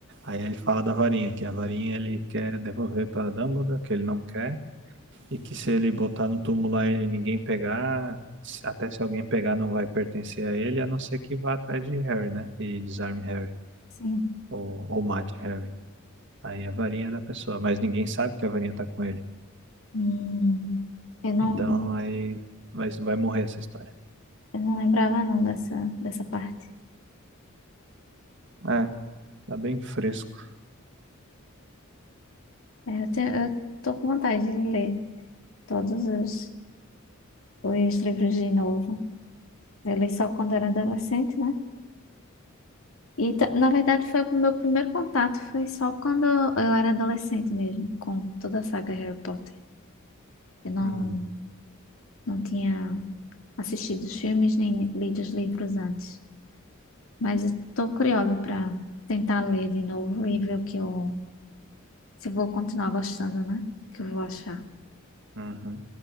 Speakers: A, on the right (about 60°); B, on the left (about 70°).
A: aí ele fala da varinha, que a varinha ele quer devolver pra Dumbledore, que ele não quer, e que se ele botar no túmulo lá e ninguém pegar, se- até se alguém pegar não vai pertencer a ele, a não ser que vá atrás de Harry, né? E desarme Harry,
B: sim.
A: ou, ou mate Harry. Aí a varinha é da pessoa, mas ninguém sabe que a varinha tá com ele.
B: Hum, eu não,
A: Então aí vai, vai morrer essa história.
B: eu não lembrava não dessa, dessa parte.
A: É, tá bem fresco.
B: É, Eu, tenho, eu tô com vontade de ler todos os, os livros de novo. Eu li só quando era adolescente, né? E, ta- na verdade, foi o meu primeiro contato foi só quando eu era adolescente mesmo, com toda a saga Harry Potter. Eu não,
A: Hum,
B: não tinha assistido os filmes nem lido os livros antes. Mas estou curiosa para tentar ler de novo e ver o que eu, se eu vou continuar gostando, né? O que eu vou achar.
A: uhum.